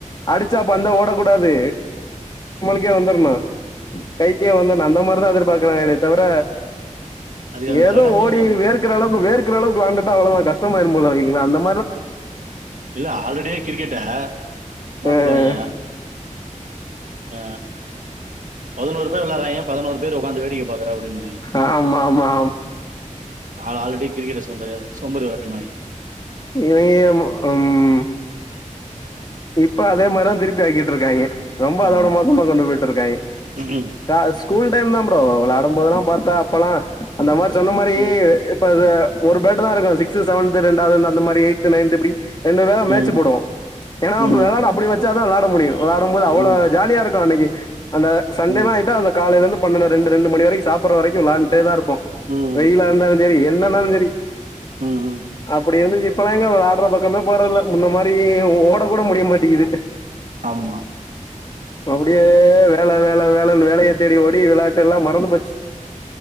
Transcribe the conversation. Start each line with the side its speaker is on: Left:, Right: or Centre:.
Left: அடிச்சா பந்த ஓடக்கூடாது கே வந்துர்னு கைக்கே வந்துனு அந்த மாரிதா எதிர்பார்க்கறாங்ளே தவிர
Right: அதுக்கு அவன்
Left: ஏதோ
Right: விளையாடாமயே
Left: ஓடி
Right: இருக்கலாம் எனக்கு
Left: வேக்ற
Right: தெரிஞ்சு.
Left: அளவுக்கு வேக்ற அளவுக்கு வெளாண்டுட்டா அவ்ளதா கஷ்டமாயிரும் போல அவிங்களுக்கெல்லா அந்த மாரி
Right: இல்ல ஆல்ரெடியே கிரிக்கெட்ட என்ன
Left: ம்
Right: சொல்லுவாங்க அ பதினோரு பேர் வெளாடறாங்க பதினோரு பேர் உக்காந்து வேடிக்க பாற அப்டின்னு
Left: ஆமாமாமா
Right: அது ஆல்ரெடி கிரிக்கெட்ட சோம்பேறி சோம்பேறி வெளாட்டு மாரி
Left: இவிங்க ம் இப்ப அதே மாரிதா திருப்பி ஆக்கிட்டு இருக்காங்க ரொம்ப அதோட
Right: ஆமா.
Left: மோசமா கொண்டு போயிட்டு இருக்காங்க
Right: ம்,
Left: கா ஸ்கூல் டைம்தான் ப்ரோ வெளாடும்போதெல்லாம் பாத்தா அப்பல்லா அந்த மாரி சொன்ன மாரி
Right: ம்,
Left: இப்ப அத ஒரு பேட்டுதா இருக்கு சிக்ஸ் செவன்த் ரெண்டாவது அந்த மாரி எய்த் நைன்த் இப்டி ரெண்டு வே மேட்சு
Right: ம்,
Left: போடுவோ ஏனா
Right: ம்,
Left: அப்டி வெளாட அப்டி வெச்சாதா வெளாட முடியு வெளாடும்போது அவ்ளோ
Right: ம்,
Left: ஜாலியா இருக்கு அன்னைக்கு அந்த சண்டே
Right: ம்,
Left: எல்லா ஆயிட்டா அந்த காலைலிந்து பன்னண்டு ரெண்டு ரெண்டு மணி வரைக்கு சாப்பற வரைக்கு வெளா ன்டேதா இருப்போ
Right: ம்.
Left: வெயில்லா இருந்தாலு சரி என்னன்னாலு சரி
Right: ம் ம்
Left: அப்டி இருந்துச்சு இப்பல்லா எங்க வெளாடற பக்கமே போறதில்ல முன்ன மாரி ஓட கூட முடிய மாட்டீகுது
Right: ஆமா
Left: அப்டியே வேல வேல வேலன்னு வேலைய தேடி ஓடி வெளாட்டெல்லா மறந்து போச்சு